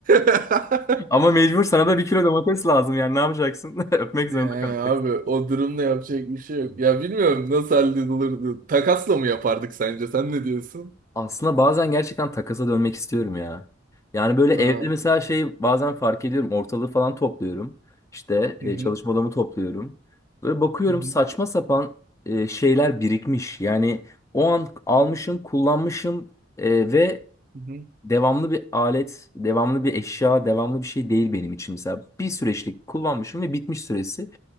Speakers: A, on the right; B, on the left.
A: <laughs>
B: ama mecbur sana da bir kilo domates lazım. Yani ne yapacaksın? <laughs> Öpmek
A: Yani
B: zorunda kalacaksın.
A: abi o durumda yapacak bir şey yok. Ya bilmiyorum nasıl halledilirdi. Takasla mı yapardık sence? Sen ne diyorsun?
B: Aslında bazen gerçekten takasa dönmek istiyorum ya. Yani böyle evde
A: Ha.
B: mesela şey bazen fark ediyorum ortalığı falan topluyorum. İşte e,
A: Hı hı.
B: çalışma odamı topluyorum. Böyle bakıyorum
A: Hı hı.
B: saçma sapan e, şeyler birikmiş. Yani o an almışım, kullanmışım e, ve
A: Hı hı.
B: devamlı bir alet, devamlı bir eşya, devamlı bir şey değil benim için. Mesela bir süreçlik kullanmışım ve bitmiş süresi.